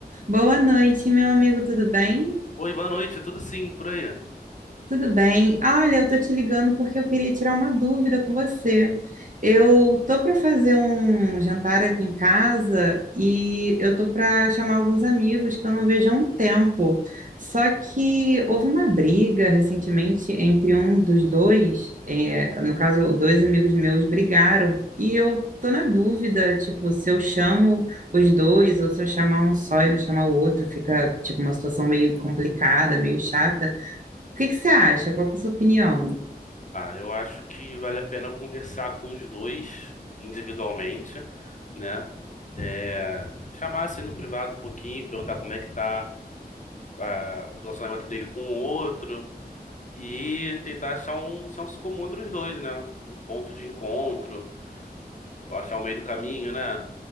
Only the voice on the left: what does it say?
Oi, boa noite, tudo sim, por aí?
Ah, eu acho que vale a pena conversar com os dois individualmente, né? É, chamar assim no privado um pouquinho, perguntar como é que tá ah, o relacionamento dele com o outro e tentar achar um senso comum entre os dois, né? Um ponto de encontro, ou achar o meio do caminho, né?